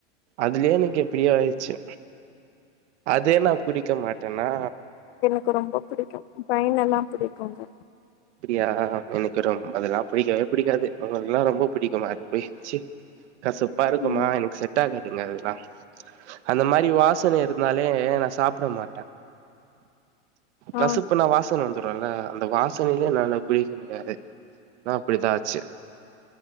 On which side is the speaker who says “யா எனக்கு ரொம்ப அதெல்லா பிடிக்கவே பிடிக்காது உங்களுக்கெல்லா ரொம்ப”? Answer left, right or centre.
Right